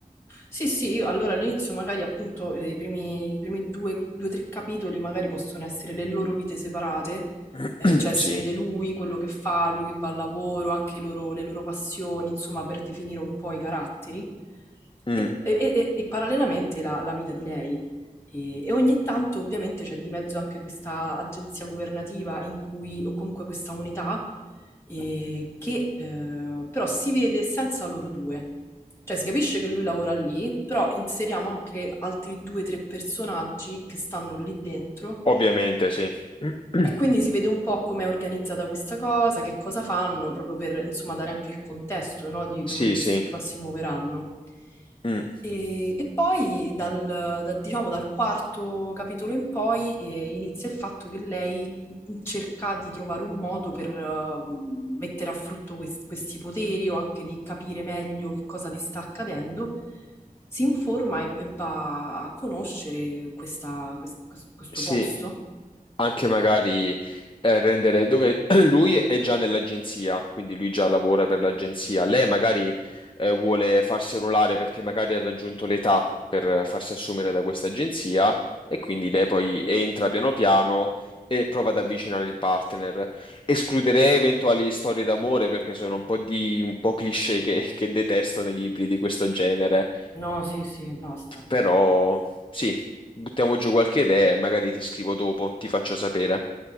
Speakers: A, on the left; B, on the left.
A: Sì, sì, io allora all'inizio magari appunto eh, i primi, i primi due, due, tre capitoli magari possono essere le loro vite separate,
B: <clears throat>
A: eh, cioè si
B: Sì,
A: vede lui, quello che fa, lui che va al lavoro, anche i loro- le loro passioni, insomma, per definire un po' i caratteri.
B: Mm,
A: E, e- e- e parallelamente la, la vita di lei. E, e ogni tanto ovviamente c'è di mezzo anche questa agenzia governativa in cui, o comunque questa unità, eh, che eh, però si vede senza loro due. Cioè si capisce che lui lavora lì, però inseriamo anche altri due o tre personaggi che stanno lì dentro
B: ovviamente sì. <clears throat>
A: e quindi si vede un po' come è organizzata questa cosa, che cosa fanno, proprio per insomma dare anche il contesto, no, di dove
B: Sì,
A: questi
B: sì,
A: qua si muoveranno.
B: Mm,
A: E, e poi dal, da- diciamo, dal quarto capitolo in poi eh, inizia il fatto che lei cerca di trovare un modo per eh, mettere a frutto quest- questi poteri o anche di capire meglio che cosa le sta accadendo. Si informa e, e va a conoscere questa- quest- quest- questo
B: sì.
A: posto.
B: anche magari eh, rendere dove <clears throat> lui è già nell'agenzia, quindi lui già lavora per l'agenzia. Lei magari eh, vuole farsi ruolare perché magari ha raggiunto l'età per farsi assumere da questa agenzia e quindi lei poi entra piano piano e prova ad avvicinare il partner. Escluderei eventuali storie d'amore perché sono un po' di un po' cliché che, che detesto nei libri di questo genere.
A: No, sì, sì, basta.
B: Però sì, buttiamo giù qualche idea e magari ti scrivo dopo, ti faccio sapere.